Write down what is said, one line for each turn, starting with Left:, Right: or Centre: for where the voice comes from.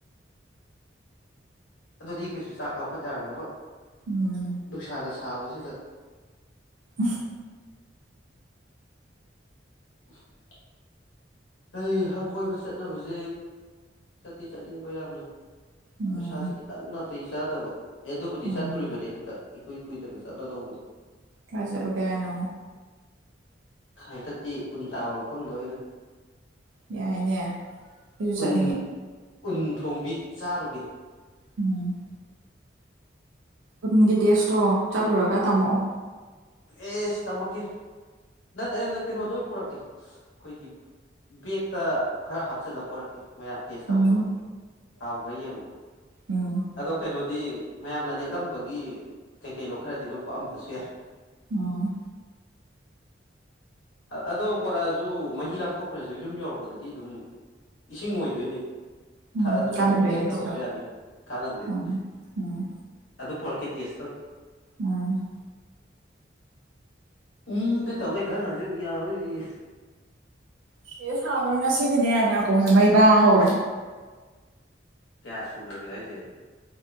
Left: ꯑꯗꯨꯗꯤ ꯀꯩꯁꯨ ꯆꯥꯛ ꯂꯧꯈꯠ ꯌꯥꯔꯝꯃꯔꯣꯏ
Right: ꯎꯝ
Left: ꯅꯨꯡꯁꯥꯒ ꯁꯥꯕꯁꯤꯗ
Right: ꯎꯝ
Left: <inaudible> ꯑꯩ ꯍ ꯥꯀꯣꯏꯕ ꯆꯠꯅꯕꯁꯦ ꯆꯠꯇꯤ ꯆꯠꯅꯤꯡꯕ ꯌꯥꯝꯅ
Right: ꯎꯝ
Left: ꯄꯩꯁꯥꯥꯁꯦ ꯈꯤꯇꯪ ꯅꯥꯇꯩ ꯆꯥꯗꯕ ꯑꯦ ꯑꯗꯨꯕꯨꯗꯤ
Right: ꯎꯝ
Left: ꯆꯠꯇꯣꯔꯤꯕꯅꯤ ꯍꯟꯇꯛ ꯏꯀꯨꯏ ꯀꯨꯏꯗꯅ ꯆꯠꯂꯗꯧꯕꯅꯤ
Right: ꯀꯥꯏ ꯆꯠꯂꯨꯒꯦ ꯍꯥꯏꯅꯣ
Left: ꯍꯟꯗꯛꯇꯤ ꯎꯟ ꯇꯥꯕ ꯃꯐꯝꯗ ꯑꯣꯏꯅ
Right: ꯌꯥꯏꯅꯦ ꯑꯩꯁꯨ ꯆꯠꯅꯤꯡꯉꯦ
Left: ꯎꯟ ꯎꯟ ꯊꯣꯡꯕꯤ ꯆꯥꯔꯨꯒꯦ
Right: ꯎꯝ ꯎꯟꯒꯤ ꯇꯦꯁꯇꯣ ꯆꯠꯂꯨꯔꯒ ꯇꯝꯃꯛꯑꯣ
Left: ꯑꯦꯁ ꯇꯝꯃꯛꯀꯦ ꯅꯠ ꯑꯦ ꯅꯠꯇꯦ ꯀꯩꯅꯣꯗꯣ ꯑꯣꯏ ꯄꯨꯔꯛꯀꯦ ꯑꯩꯈꯣꯏꯒꯤ ꯕꯦꯛꯇ ꯈꯔ ꯍꯥꯞꯆꯤꯜꯂꯒ ꯄꯣꯔꯛꯀꯦ ꯃꯌꯥꯝ ꯇꯦꯁ ꯇꯧꯅꯕ
Right: ꯎꯝ
Left: ꯍꯥꯎꯕ꯭ꯔꯥ ꯌꯦꯡꯉꯨ
Right: ꯎꯝ
Left: ꯑꯗꯣ ꯀꯩꯅꯣꯗꯤ ꯃꯌꯥꯝꯅ ꯅꯦꯠꯂꯝꯕꯒꯤ ꯀꯩ ꯀꯩꯅꯣ ꯈꯔꯗꯤ ꯑꯗꯨꯝ ꯄꯥꯛꯑꯝꯕꯁꯨ ꯌꯥꯏ
Right: ꯑꯣ
Left: ꯑꯗꯣ ꯄꯣꯔꯥꯁꯨ ꯃꯍꯤ ꯂꯥꯡꯊꯣꯛꯈ꯭ꯔꯁꯨ ꯌꯨꯝ ꯌꯧꯔꯛꯄꯗꯗꯤ ꯑꯗꯨꯝ ꯏꯁꯤꯡ ꯑꯣꯏꯗꯣꯏꯅꯤ
Right: ꯎꯝ
Left: ꯊꯛꯑꯁꯨ
Right: ꯀꯥꯟꯅꯗꯣꯏꯅꯦ
Left: ꯑꯗꯨꯝ ꯇꯦꯁ
Right: ꯑꯗꯨꯁꯨ
Left: ꯇꯧꯔꯁꯨ ꯌꯥꯅꯤ ꯀꯥꯟꯅꯗꯣꯏꯅꯤ
Right: ꯎꯝ ꯎꯝ
Left: ꯑꯗꯨ ꯄꯨꯔꯛꯀꯦ ꯇꯁꯇꯧ
Right: ꯎꯝ
Left: ꯎꯝꯗ ꯇꯧꯂꯩ ꯈꯔ ꯉꯥꯡꯖꯜꯂꯨ ꯌꯥꯔꯣꯏꯁꯤ
Right: <unintelligible> ꯁꯥꯕ꯭ꯔꯥ ꯉꯁꯤꯒꯤꯅꯦ ꯅꯥꯀꯣꯡꯁꯦ ꯃꯩꯕꯥ ꯍꯧꯔꯦ
Left: ꯀꯌꯥ ꯁꯨꯈ꯭ꯔꯒꯦ ꯑꯩꯁꯦ